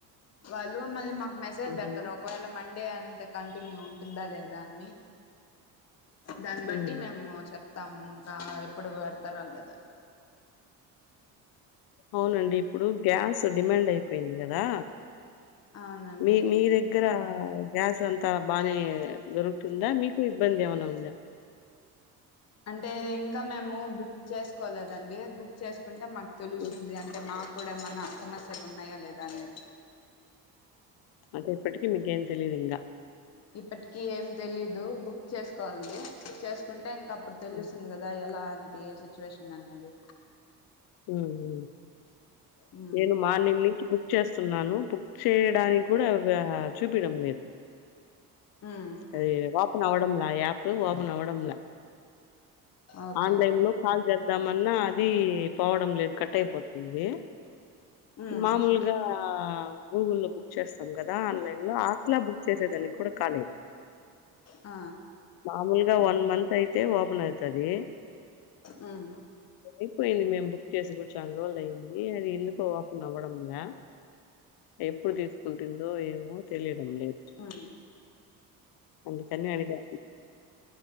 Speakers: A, on the left (about 45°); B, on the left (about 80°).
A: వాళ్ళు మళ్ళీ మాకు మెసేజ్
B: ఉహు
A: పెడతారు ఒకవేళ డే అంత కంటిన్యూ ఉంటుందా లేదా అని, దాన్ని బట్టి
B: ఉమ్
A: మేము చెప్తాము. ఇంకా ఎప్పుడు పెడతరా లేదని
B: అవునండి ఇప్పుడు గ్యాస్ డిమాండ్ అయిపోయింది కదా.
A: అవునండి
B: మీ మీ దగ్గర గ్యాస్ అంతా బానే, దొరుకుతుందా మీకు ఇబ్బంది ఏమన్నా ఉందా.
A: అంటే ఇంకా మేము బుక్ చేసుకోలేదండి, బుక్ చేసుకుంటే మాకు తెలుస్తుంది,
B: మ్.
A: అంటే మాకు కూడా ఏమన్నా సమస్యలు ఉన్నాయా లేదా అనేది.
B: అంటే ఇప్పటికి మీకేం తెలిదు ఇంకా
A: ఇప్పటికి ఏం తెలీదు. బుక్ చేసు కోవాలి. చేసుకుంటే ఇంక అప్పుడు తెలుస్తుంది
B: ఉమ్
A: కదా ఎలాంటి ఏ సిచ్యువేషన్ అనేది.
B: ఉహు
A: మ్మ్
B: నేను మార్నింగ్ నుంచి బుక్ చేస్తా నను నన్ను బుక్ చేయడానికి కూడా ఏ వ్వ చూపియడం లేదు.
A: మ్మ్
B: అది ఓపన్ అవడంలే ఆ యాప్ ఓపన్ అవడంలే.
A: ఓకే
B: ఆన్లైన్లో లో కాల్ చేద్దామన్నా అది పోవడం లేదు కట్ అయిపోతుంది.
A: మ్మ్
B: మామూలుగా గూగుల్లో బుక్ చేస్తాం కదా ఆన్లైన్లో అట్లా. చేసేదానికి కూడా కాలేదు.
A: ఆ
B: మామూలుగా వన్ మంత్ అయితే ఓపెన్ అయితది.
A: మ్మ్
B: అయిపోయింది మేము బుక్ చేసి చాలా రోజులు లేయింది. అది ఎందుకో ఓపెన్ అవ్వడంలే ఎప్పుడు తీసుకుంటుందో ఏమో తెలియడంలే.
A: హ
B: అందుకనే అడిగా